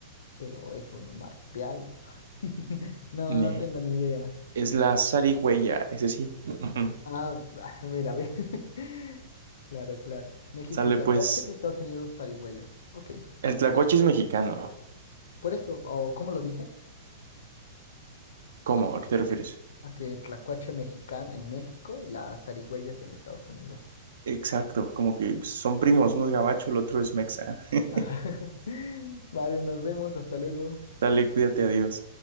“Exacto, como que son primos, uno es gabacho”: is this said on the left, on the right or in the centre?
Right